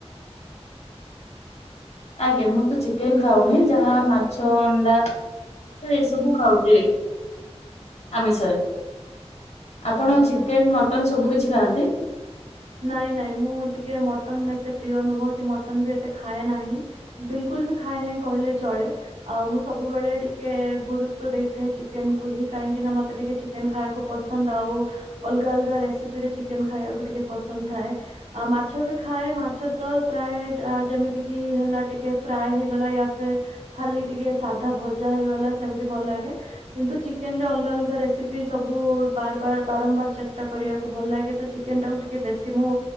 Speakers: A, on the right; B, on the left.
A: <inaudible>
B: ଆଜ୍ଞା ମୁଁ ତ ଚିକେନ ଖାଉନି ଯାହା ମାଛ, ଅଣ୍ଡା ତ ଏସବୁ ଖାଉଛି ଆମିଷରେ। ଆପଣ
A: ଆଚ୍ଛା।
B: ଚିକେନ, ମଟନ ସବୁ କିଛି ଖାଆନ୍ତି?
A: ନାଇଁ ନାଇଁ ମୁଁ ଟିକେ ମଟନ ଏତେ ପ୍ରିୟ ନୁହେଁ କି ମଟନ ବି ଏତେ ଖାଏ ନାହିଁ। ବିଲକୁଲ ବି ଖାଏ ନାହିଁ କହିଲେ ଚଳେ। ଆଉ ମୁଁ ସବୁବେଳେ ଟିକେ ଗୁରୁତ୍ଵ ଦେଇଥାଏ ଚିକେନ କୁ ହିଁ କାହିଁକି ନା ମତେ ଟିକେ ଚି କେନ ଖାଇବାକୁ ପସନ୍ଦ ଆଉ ଅଲଗା ଅଲଗା ରେସିପି ରେ ଚିକେନ ଖାଇବାକୁ ଟିକେ ପସ ସନ୍ଦ ଥାଏ ଆ ମାଛ ବି ଖାଏ ମାଛ ତ ଫ୍ରାଏ ଯେମିତି କିି ହେଲା ଟିକେ ଫ୍ରାଏ ହେଇଗଲା ୟା ଫ ଖାଲି ଟିକେ ସାଧା ଭଜା ହେଇଗଲା ସେମତି ଭଲ ଲାଗେ। କିନ୍ତୁ ଚିକେନ ରେ ଅଲଗା ଅଲଗା ରେସିପି ସବୁ ବାରବାର ବାରମ୍ବାର ଚେଷ୍ଟା କରିବାକୁ ଭଲ ଲାଗେ। ତ ଚିକେନ ଟାକୁ ଟିକେ ବେଶୀ ମୁଁ